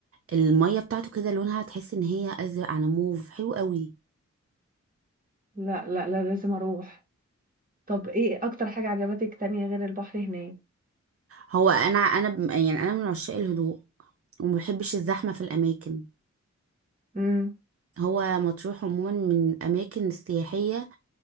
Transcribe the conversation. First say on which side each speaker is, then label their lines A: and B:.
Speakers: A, on the right; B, on the right.
A: المية بتاعته كده لونها تحس ان هي ازرق على موف حلو قوي
B: لا لا لا لازم اروح طب ايه اكتر حاجه عجبتك تانية غير البحر هناك
A: هو انا انا ب- يعني انا من عشاق الهدوء وما بحبش الزحمة في الاماكن
B: امم
A: هو مطروح عموما من الاماكن السياحية